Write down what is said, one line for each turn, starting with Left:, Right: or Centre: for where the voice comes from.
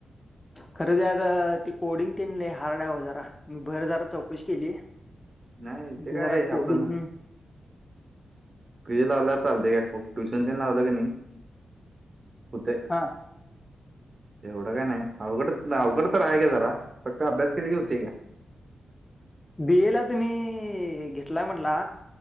Left: खरं ते आता ते कोडिंग केनले हार्ड आहे व जरा मी भर जरा चौकशी केली
Right: नाही ते काय
Left: जरा कोडम
Right: आपण प जे लावल्या चालते काय ट्युशन ते लावलं की नाही कते
Left: हां
Right: एवढं का नाही अवघड अवघड तर आहे का जरा फक्त अभ्यास केले की होते का
Left: बियला तुम्ही घेतलाय म्हटला